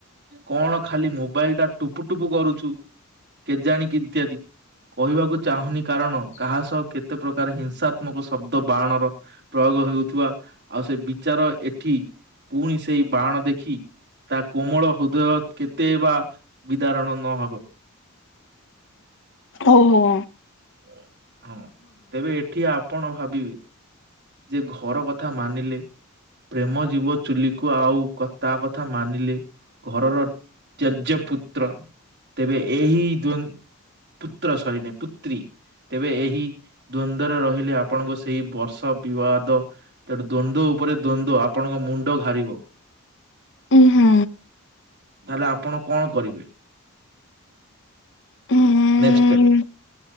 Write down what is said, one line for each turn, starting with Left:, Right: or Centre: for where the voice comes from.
Right: କଣ ଖାଲି ମୋବାଇଲ ଟା ଟୁପୁ ଟୁପୁ କରୁଛୁ। କେଜାଣ କିି ଇତ୍ୟାଦି କହିବାକୁ ଚାହୁଁନି କାରଣ କାହା ସହ କେତେ କେତେ ପ୍ରକାର ହିଂସାତ୍ମକ ଶବ୍ଦ ବାଣର ପ୍ରୟୋଗ ହେଉଥିବା। ଆଉ ସେ ବିଚାର ଏଠି ପୁଣି ସେଇ ବାଣ ଦେଖି ତା କୋମଳ ହୃଦୟ କେତେ ବା ଉଦ୍ଧାରଣ ନହେବ।
Left: ଓହୋ
Right: ହୁଁ। ହଁ ତେବେ ଏଠି ଆପଣ ଭାବିବେ ଯେ ଘର କଥା ମାନିଲେ ପ୍ରେମ ଜୀବ ଚୁଲିକୁ ଆଉ ତା କଥା ମାନିଲେ ଘରର ତେଯ୍ୟ ପୁତ୍ର ତେବେ ଏହି ଦ ପୁତ୍ର ସରି ନାଇ ପୁତ୍ରୀ ତେବେ ଏହି ଦ୍ଵନ୍ଦରେ ରହିଲେ ଆପଣଙ୍କ ସେଇ ବର୍ଷ ବିବାଦ ତେଣୁ ଦ୍ଵନ୍ଦ ଉପରେ ଦ୍ଵନ୍ଦ ଆପଣଙ୍କ ମୁଣ୍ଡ ଘାରିବ।
Left: ଉଁ ହୁଁ
Right: ତାହେଲେ ଆପଣ କଣ କରିବେ?
Left: ଉହୁଁ
Right: ନେକ୍ସଟ ଷ୍ଟେପ